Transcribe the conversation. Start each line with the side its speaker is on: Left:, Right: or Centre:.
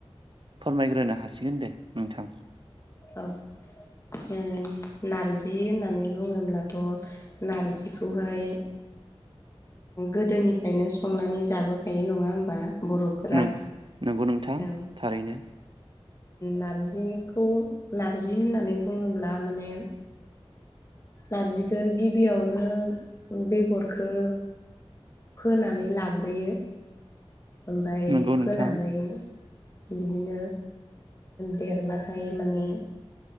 Right: फोरमायग्रोनो हासिगोन दे नोंथां
Left: औ <unintelligible> नारजि होननानै बुङोब्लाथ' नारजिखौहाय गोदोनिफ्रायनो संनानै जाबोखायो नङा होमबा बर'फोरा
Right: नों नंगौ नोंथां
Left: ओं
Right: थारैनो।
Left: नारजिखौ नारजि होननानै बुङोब्ला माने नारजिखौ गिबियावनो बेगरखौ फोनानै लाग्रोयो ओमफ्राय
Right: नंगौ
Left: फोनानै
Right: नोंथां
Left: बिदिनो देरबाथाय माने